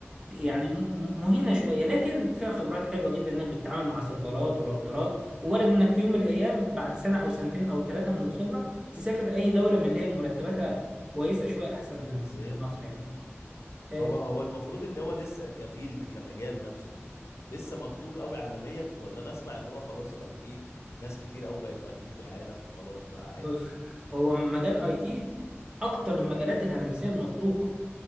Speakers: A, on the right; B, on the left.
A: يعني
B: امم
A: م- م- مهينه شويه لكن فيها خبرات حلوه جدا انك بتتعامل مع سيرفرات وراوترات وارد انك في يوم من الايام بعد سنه او سنتين او ثلاثه من الخبره تسافر اي دوله من اللي هي مرتباتها كويسه شويه احسن
B: مجزيه
A: من من مصر يعني
B: امم
A: آه،
B: هو هو المفروض ان هو لسه كفيلد كمجال نفسه لسه مطلوب قوي عالميا ولا انا اسمع ان هو خلاص الاي تي ناس كتير قوي بقت اي تي في العالم وخلاص بقى عادي
A: بص هو مجال الاي تي اكتر المجالات الهندسيه المطلوبه